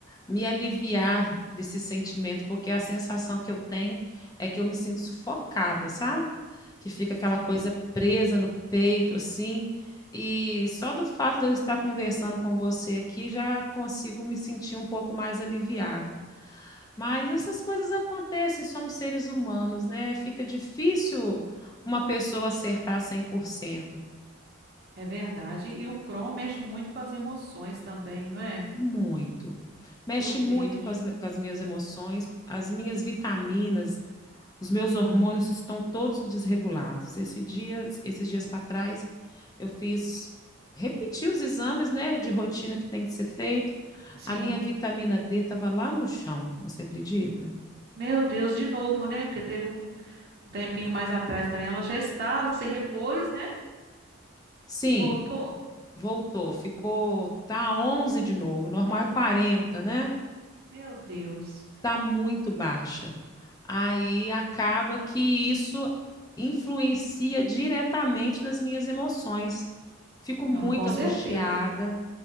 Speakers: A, on the left; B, on the right.
A: me aliviar desse sentimento, porque a sensação que eu tenho é que eu me sinto sufocada, sabe? Que fica aquela
B: Sim,
A: coisa presa no peito, assim. E só do fato de eu estar conversando com você aqui, já consigo me sentir um pouco mais aliviado. Mas essas coisas acontecem, somos seres humanos, né? Fica difícil uma pessoa acertar cem por cento
B: é verdade. E o Crohn mexe muito com as emoções também, não é?
A: Muito. Mexe
B: Eu vejo.
A: muito com as, me- com as minhas emoções, as minhas vitaminas, os meus hormônios estão todos desregulados. Esse dia, esses dias para trás, eu fiz, repeti os exames, né, de rotina que tem que ser feito.
B: Sim.
A: A minha vitamina D estava lá no chão, você acredita?
B: Meu Deus, de novo, né? Porque teve um um tempinho mais atrás também. Ela já estava, se repôs, né?
A: Sim,
B: E voltou.
A: voltou, ficou, tá 11 de novo, normal é 40, né?
B: Meu Deus.
A: está muito baixa. Aí acaba que isso influencia diretamente nas minhas emoções. Fico
B: Não,
A: muito
B: com
A: angustiada,
B: certeza.